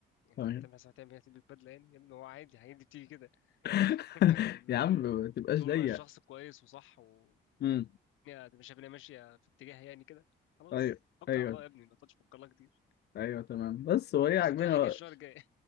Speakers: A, on the left; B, on the left.
A: انت
B: فاهم
A: هتعمل حساب هتعمل هتلبس بدله يعني يا ابني هو عادي هيدي بتيجي كده
B: <laughs>
A: <laughs>
B: يا عم ما تبقاش
A: طول
B: ضيق
A: ما الشخص كويس وصح و
B: امم
A: يعني مش شايف ان هي ماشيه في اتجاه يعني كده خلاص
B: ايوه
A: توكل
B: ايوه
A: على الله يا ابني ما تقعدش تفكر لها كتير
B: ايوه تمام بس هو ايه
A: بس
B: عاجبني
A: انت رايح الجيش
B: هو
A: الشهر الجاي